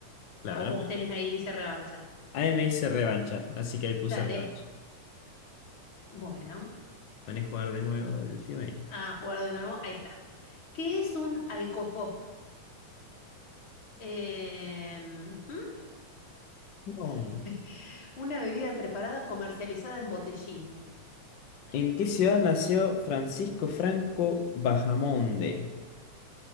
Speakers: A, on the left (about 80°); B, on the left (about 40°).
A: Claro.
B: O vos tenés ahí, dice revancha.
A: Ahí me dice revancha, así que ahí puse
B: Dale.
A: revancha.
B: Bueno,
A: Van a jugar de nuevo el tema ahí.
B: a jugar de nuevo. Ahí está. ¿Qué es un alcopop? Eh, ujú.
A: No.
B: <laughs> Una bebida preparada comercializada en botellín. Una
A: ¿En
B: idea.
A: qué ciudad nació Francisco Franco Bahamonde?